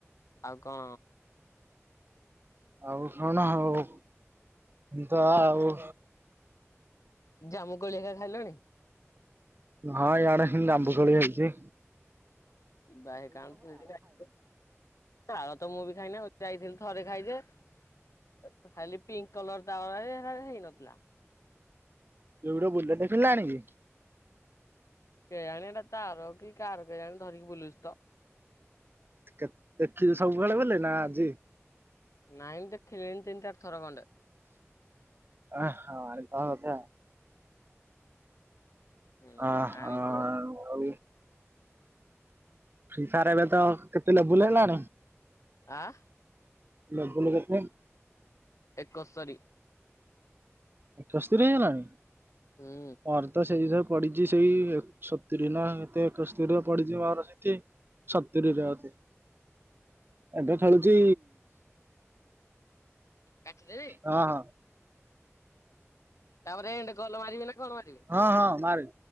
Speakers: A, on the left; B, on the right.
A: ଆଉ କଣ
B: ଆଉ କଣ ହୋଉ ଯା ଆଉ
A: ଜାମୁ କୋଳି ଅରିକା ଖାଇଲଣି?
B: ହଁ ଇଆଡ଼େ ହେମିତି ଜାମ୍ବୁ କୋଳି ହେଉଚି।
A: ଯିବା ହେ <unintelligible> ତାଳ ତ ମୁଁବି ଖାଇନି ଯାଇଥିଲି ଥରେ ଖାଇଚି ସେତ ଖାଲି ପିଙ୍କ୍ କଲର୍ ତାଳ ଅରାଯେ ହେରା ହେଇନଥିଲା।
B: ଇଏ ଗୋଟେ ବୁଲେଟ୍ ଦେଖିଲୁନା ଆଣିକି?
A: କେଆଣି ଏଟା ତାର କି କାହାର କେଜାଣେ ଧରିକି ବୁଲୁଛିତ।
B: କେ ଦେଖିଚୁ ସବୁବେଳେ ବଲେ ନା ଆଜି?
A: ନାଇଁ ଦେଖିଲିଣିି ତିନି ଚାରିଥର ଖଣ୍ଡେ।
B: ଓହ ଆଉ କଣ କଥା
A: ହୁଁ
B: ଅ ହ
A: ଆଣିଥିବ
B: ଆଉ? ଫ୍ରି ଫାର୍ ଏବେତ କେତେ ଲୋବୁଲ୍ ହେଲାଣି?
A: ଆ?
B: ଲେବୁଲୁ କେତେ?
A: ଏକସ୍ତରି।
B: ଏକସ୍ତରି ହେଇଗଲାନି
A: ହୁଁ
B: ପର୍ ତ ସେଇ ହିସାବରେ ପଡିଚି ସେଇ ଏକ ସତୁରି ନା କେତେ ଏକସ୍ତରୀରେ ପଢିଚି ମର ସେଠି। ସତୁରିରେ ଅଛି। ଏବେ ଖେଳୁଚି
A: କାଟିଦେବି?
B: ହଁ ହଁ।
A: ତାପରେ ଏଣ୍ଡ କଲ୍ ମାରିବି ନା କଣ ମାରିବି?
B: ହଁ ହଁ ମାରେ।